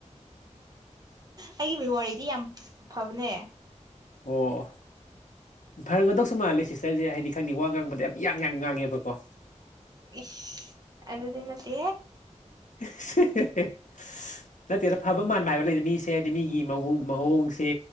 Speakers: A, on the right; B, on the left.
A: ꯑꯩꯒꯤ ꯃꯦꯃꯣꯔꯤꯗꯤ ꯌꯥꯝ ꯐꯕꯅꯦ
B: ꯑꯣ ꯐꯔꯝꯒꯗꯧꯁꯨ ꯃꯥꯜꯂꯦ ꯁꯤꯁꯇꯔꯁꯦ ꯍꯥꯏꯗꯤ ꯈꯪꯅꯤ ꯋꯥ ꯉꯥꯡꯕꯗ ꯌꯥꯝ ꯌꯥꯡ ꯌꯥꯝ ꯉꯥꯡꯉꯦꯕꯀꯣ
A: ꯏꯁ ꯑꯗꯨꯗꯗꯤ ꯅꯠꯇꯦ
B: ꯍ ꯅꯠꯇꯦꯗ ꯐꯕ ꯃꯥꯟꯕ ꯍꯥꯏꯕ ꯂꯩꯗ ꯃꯤꯁꯦ ꯍꯥꯏꯗꯤ ꯃꯤꯒꯤ ꯃꯑꯣꯡ ꯃꯑꯣꯡꯁꯦ